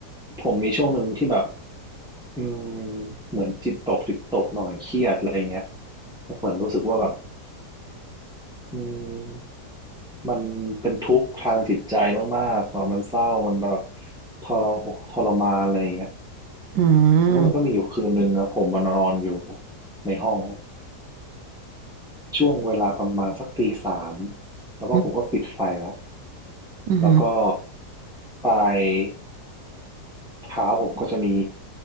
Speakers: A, in the centre; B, on the right.
A: ผมมีช่วงหนึ่งที่แบบอืมเหมือนจิตตกจิตตกหน่อยเครียดอะไรเงี้ยแล้วเหมือนรู้สึกว่าแบบอืมมันเป็นทุกข์ทางจิตใจมากๆแบบมันเศร้ามันแบบทรทรมานอะไรเงี้ย
B: อืม
A: แล้วมันก็มีอยู่คืนหนึ่งนะผมมานอนอยู่ในห้องช่วงเวลาประมาณสักตีสามแล้วก็ผมก็ปิดไฟแล้ว
B: อืมอืม
A: แล้วก็ไป เท้าผมก็จะมี